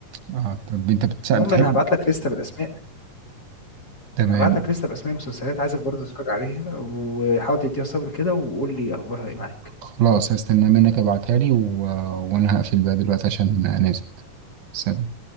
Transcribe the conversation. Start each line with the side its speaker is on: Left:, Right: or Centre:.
Right: اه طب انت بتش-
Left: المهم
Right: بتحب
Left: انا هبعت لك لسته بالاسماء
Right: تمام
Left: هبعت لك لسه باسماء المسلسلات عايزك برضه تتفرج عليها وحاول تديها صبر كده وقول لي اخبارها ايه معاك
Right: خلاص هستنى منك ابعتها لي و... وانا هقفل بقى دلوقتي عشان نازل سلام